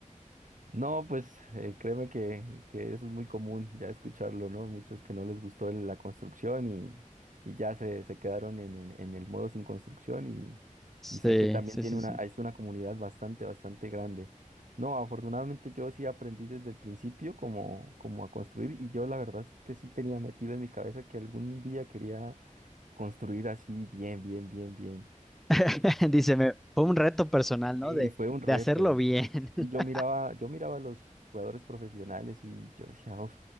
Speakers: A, on the right; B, in the centre.
A: No, pues eh, créeme que, que eso es muy común ya escucharlo, ¿no? Muchos que no les gustó el- la construcción y, y ya se, se quedaron en, en- en el modo sin construcción y,
B: Sí,
A: y sé que también
B: sí,
A: tiene
B: sí,
A: una,
B: sí.
A: es una comunidad bastante, bastante grande. No, afortunadamente yo sí aprendí desde el principio como, como a construir y yo la verdad es que sí tenía metido en mi cabeza que algún día quería construir así bien, bien, bien, bien.
B: <laughs> Dice, me, fue un reto personal,
A: Sí,
B: ¿no? De,
A: fue un reto.
B: de hacerlo bien.
A: Y
B: <laughs>
A: yo miraba, yo miraba a los jugadores profesionales y yo decía, uff,